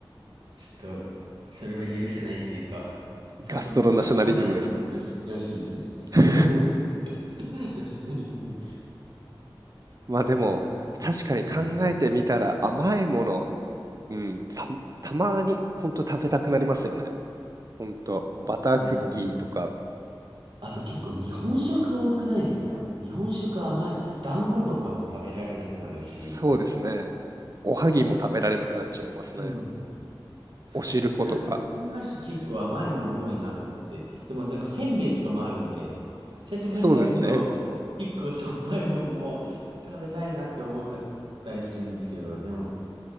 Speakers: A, on the right; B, on the right.
A: ちょっと、それは許せないというか、ちゃんと持ち、
B: ガストロナショナリズムですか。
A: 本来の持ちを知ってほしいですね。
B: <laughs>
A: <laughs> ナショナリズム。い
B: まあでも、
A: や、でも、
B: 確かに考えてみたら甘いもの、
A: はい、食
B: うん、た、たまにほんと食べたくなりますよね。ほんと、バタークッキーとか、
A: べたくない。あと結構日本食多くないですか日本食甘い、団子とかも食べられなくなるし。
B: そうですね。おはぎも食べられなくなっちゃいますね。
A: そうなんですそ、
B: お汁粉とか。
A: なんか日本菓子結構甘いもの多いなと思ってて。でもなんかせんべいとかもあるんで、そうやって考えると、
B: そうですね。
A: 結構しょっぱいもんも食べたいなって思かったりするんですけど、でも